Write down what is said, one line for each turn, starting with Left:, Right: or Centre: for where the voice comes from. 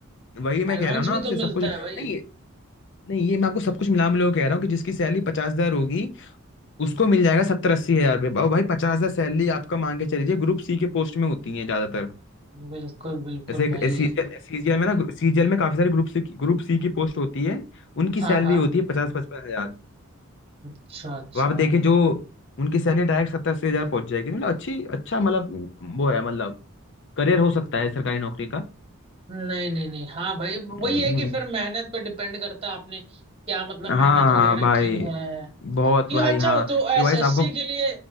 Left: वही मैं
Right: अलाउंस
Left: कह रहा हूँ ना
Right: भी
Left: आपसे
Right: तो
Left: सब
Right: मिलता
Left: कुछ नहीं
Right: है भाई
Left: नहीं ये मैं आपको सब कुछ मिला मिला के कह रहा हूँ कि जिसकी सैलरी पचास हजार होगी उसको मिल जाएगा सत्तर अस्सी हजार रुपये भाई पचास हजार सैलरी आपका मान के चलिए ग्रुप सी के पोस्ट में होती है ज्यादातर
Right: बिल्कुल बिल्कुल
Left: जैसे
Right: भाई
Left: सीजीएल सीजीएल में ना सीजीएल में काफी सारी ग्रुप सी ग्रुप सी की पोस्ट होती है उनकी
Right: हाँ
Left: सैलरी
Right: हाँ
Left: होती है पचास पचपन हजार
Right: अच्छा अच्छा
Left: वहां पे देखिए जो उनकी सैलरी डायरेक्ट सत्तर अस्सी हजार पहुंच जाएगी तो मतलब अच्छी अच्छा मतलब वो है मतलब करियर हो सकता है सरकारी नौकरी का
Right: नहीं नहीं नहीं हाँ भाई वही
Left: हम्म।
Right: है कि फिर मेहनत पे डिपेंड करता है आपने क्या मतलब
Left: हाँ
Right: मेहनत
Left: हाँ
Right: वगैरह
Left: भाई
Right: की है
Left: बहुत
Right: क्यों
Left: भाई
Right: अच्छा
Left: हाँ
Right: हो तो एसएससी
Left: कि भाई आपको
Right: के लिए